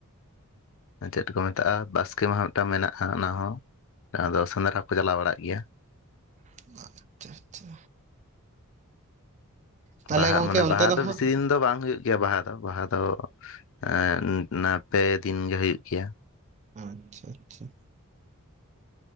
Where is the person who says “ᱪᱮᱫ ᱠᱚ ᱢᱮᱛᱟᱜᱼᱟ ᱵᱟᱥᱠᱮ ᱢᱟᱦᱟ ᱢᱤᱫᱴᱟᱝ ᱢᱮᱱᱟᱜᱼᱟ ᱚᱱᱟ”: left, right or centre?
Left